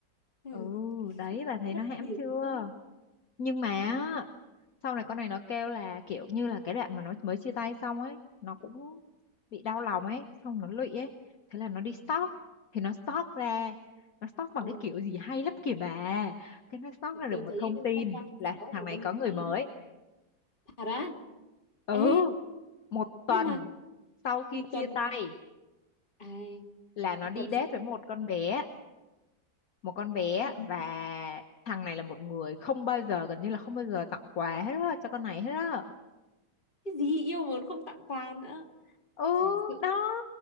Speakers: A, on the left; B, on the left.
A: ừ,
B: ừ đấy bà thấy
A: mất
B: nó hãm
A: điểm
B: chưa
A: thế.
B: nhưng mà
A: Hả?
B: á, sau này con này nó kêu là kiểu như là cái đoạn mà nó mới chia tay xong ấy nó cũng bị đau lòng ấy xong nó lụy ấy thế là nó đi stalk thì nó stalk ra nó stalk bằng
A: Ờ,
B: cái kiểu gì hay lắm kìa bà cái nó stalk ra được
A: tôi
B: một
A: thấy
B: thông tin
A: các quan thứ
B: là
A: sáu
B: thằng
A: của
B: này
A: con
B: có người
A: gái
B: mới
A: thật á.
B: ừ
A: Ê,
B: một tuần
A: nhưng mà
B: sau khi
A: một
B: chia
A: tuần,
B: tay
A: à,
B: là nó
A: một
B: đi
A: tuần
B: date
A: sau
B: với một con bé một con bé
A: ừ.
B: và thằng này là một người không bao giờ gần như là không bao giờ tặng quà hết á cho con này hết á
A: Cái gì yêu mà còn không tặng quà nữa.
B: ừ
A: Sự,
B: đó